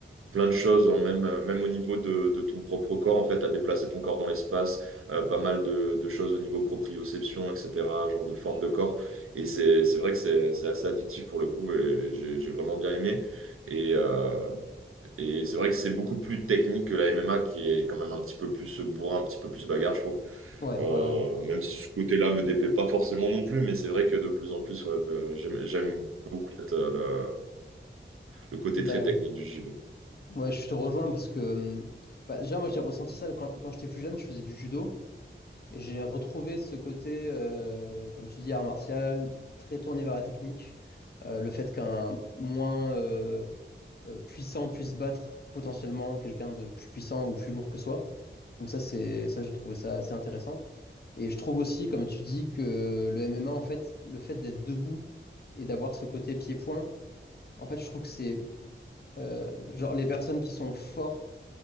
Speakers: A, on the right; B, on the left.
A: plein de choses, hein, même, euh, même au niveau de, de ton propre corps, en fait, à déplacer ton corps dans l'espace, euh, pas mal de, de choses au niveau proprioception, etc., genre de forme de corps. Et c'est, c'est vrai que c'est, c'est assez addictif pour le coup, et j'ai, j'ai vraiment bien aimé. Et, euh, et c'est vrai que c'est beaucoup plus technique que la MMA, qui est quand même un petit peu plus bourrin, un petit peu plus bagarre, je trouve.
B: ouais,
A: Euh,
B: ouais, ouais.
A: même si ce côté-là me déplaît pas forcément non plus, mais c'est vrai que de plus en plus, ouais, euh, j'aime, j'aime beaucoup peut-être, euh, le, le côté
B: Ben,
A: très technique du JB.
B: ouais, je te rejoins parce que... hum, bah, déjà, moi, j'ai ressenti ça quand, quand j'étais plus jeune, je faisais du judo. Et j'ai retrouvé ce côté, euh, comme tu dis, art martial, très tourné vers la technique. Euh, le fait qu'un moins euh, euh, puissant puisse battre potentiellement quelqu'un de plus puissant ou plus lourd que soi. Donc ça, c'est ça, j'ai trouvé ça assez intéressant. Et je trouve aussi, comme tu dis, que le MMA, en fait, le fait d'être debout et d'avoir ce côté pied-point, en fait, je trouve que c'est euh, genre les personnes qui sont forts